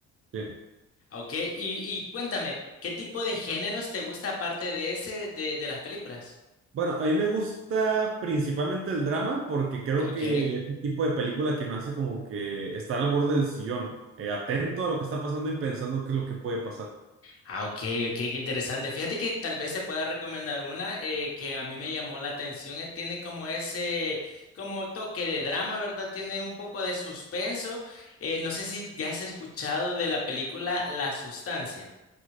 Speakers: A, on the right (about 45°); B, on the left (about 50°).
A: Sí.
B: Ah, Ok, y, y cuéntame, ¿qué tipo de géneros te gusta aparte de ese de, de las películas?
A: Bueno, a mí me gusta principalmente el drama porque creo
B: Ok.
A: que es un tipo de película que me hace como que estar al borde del sillón, eh, atento a lo que está pasando y pensando qué es lo que puede pasar. <laughs>
B: Ah, ok, ok, qué interesante. Fíjate que tal vez se pueda recomendar una eh, que a mí me llamó la atención. eh, Tiene como ese, como toque de drama, ¿verdad? Tiene un poco de suspenso. Eh, no sé si ya has escuchado de la película La Sustancia.